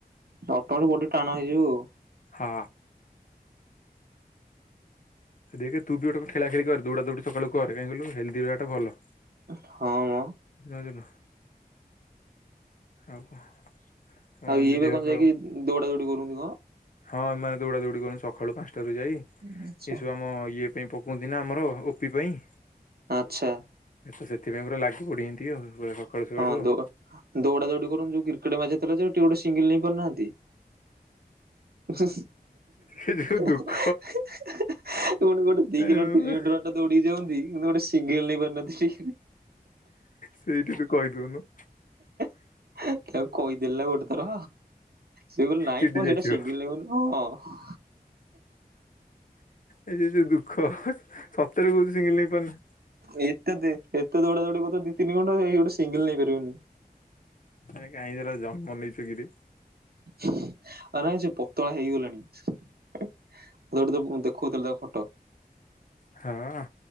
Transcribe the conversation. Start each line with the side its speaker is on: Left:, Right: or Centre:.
Right: ଅଟଠୁ ବଢି ଟାଣ ହେଇଯିବ।
Left: ହଁ ଦେଖେ ତୁ ବି ଗୋଟେ ଖେଳା ଖେଳି କରେ ଦୌଡା ଦୌଡି ସକାଳୁ କରେ କାହିଁ କିଲୁ ହେଲଦି ରହିବା ଟା ଭଲ।
Right: ହଁ ମ
Left: ବୁଝିଲୁ। <unintelligible>
Right: ଆଉ
Left: ଏମିତି
Right: ଇଏବା
Left: ଦେହ
Right: କଣ
Left: ଫେହ
Right: ଯାଇକି ଦୌଡା ଦୌଡି କରୁନ୍ତି କଣ।
Left: ହଁ ଏ ମାନେ ଦୌଡା ଦୌଡ଼ି କରୁନୁ ସକାଳୁ ପାଞ୍ଚଟାରୁ ଯାଇ
Right: ଆଚ୍ଛା।
Left: ଏସବୁ ଆମ ଇଏ। ନାଇଁ ପକଉନ୍ତି ନା ଆମର ଓପି ପାଇଁ।
Right: ଆଚ୍ଛା।
Left: ଏ ତ ସେଥିପାଇଁ ପୁରା ଲାଗି ପଡି ଏତି ଆଉ ପୁରା ସକାଳୁ ସକାଳୁ
Right: ହଁ
Left: ଆଉ।
Right: ଦୌ ଦୌଡା ଦୌଡି କରି ଯୋଉ କ୍ରିକେଟ ମ୍ୟାଚ ଥିଲା ଯେ ଗୋଟେ ସିଙ୍ଗିଲି ନେଇ ପାରୁନାହାନ୍ତି। ଅଶେଷ।
Left: ସେ ଯୋଉ
Right: <inaudible>
Left: ଦୁଃଖ
Right: ଗୋଟେ ଦି
Left: ଆଉ
Right: କିଲୋମିଟର ତିନି କିଲୋମିଟର ବାଟ। ଦୌଡି ଯାଉଚନ୍ତି କିନ୍ତୁ ଗୋଟେ ସିଙ୍ଗିଲି ନେଇପାରୁନାହାନ୍ତି।
Left: ସେଇଠି ତୁ କହିଦଉନୁ।
Right: <inaudible> ତାକୁ କହିଦେଲି ନା ଗୋଟେ ଥର। ସେ ବୋଲି ନାଇଁ
Left: ଚିଡି
Right: ପୁଅ
Left: ଯାଇଥିବ
Right: ହେଇଟା ସିଙ୍ଗିଲି ନେଲି ବୋଲି ହଁ।
Left: ଏ ଯ ଯୋଉ ଦୁଃଖ ସତରେ କୋଉଛି ସିଙ୍ଗିଲି ନେଇ ପାରୁନି।
Right: ଏଇତ ଦେ ଏତେ ଦୌଡା ଦୌଡି କରୁଥିଲ ଦି, ତିନି ଘଣ୍ଟା ଏଇ ଗୋଟେ ସିଙ୍ଗିଲି ନେଇ ପାରିବନି।
Left: ସେଟା କାହିଁହେରା ଜନ୍ମ ନେଇଛ କିରେ।
Right: ଆଉ ନାଇଁ ସେ ପତଳା ହେଇଗଲେଣି। ଦୌଡ଼ି ଦୋ ଦେଖଉଥିଲେ ତା ଫଟୋ।
Left: ହଁ।